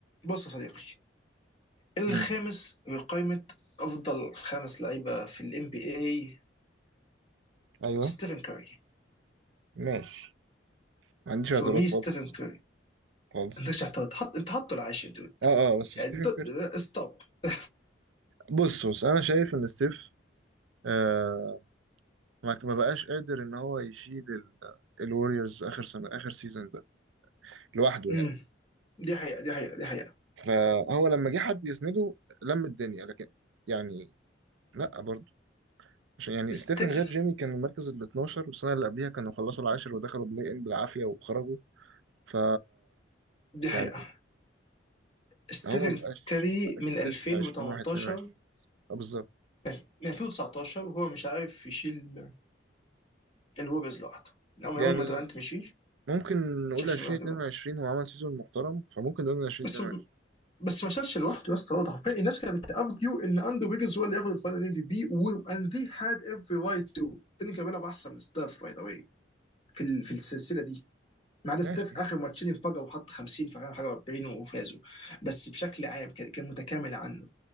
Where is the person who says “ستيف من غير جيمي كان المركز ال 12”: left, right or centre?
Right